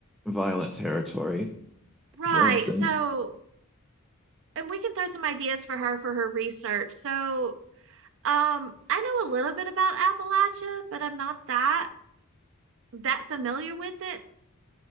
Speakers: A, in the centre; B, on the right.
A: violent territory,
B: right.
A: for instance.
B: So, and we can throw some ideas for her for her research. So, um, I know a little bit about Appalachia, but I'm not that that familiar with it.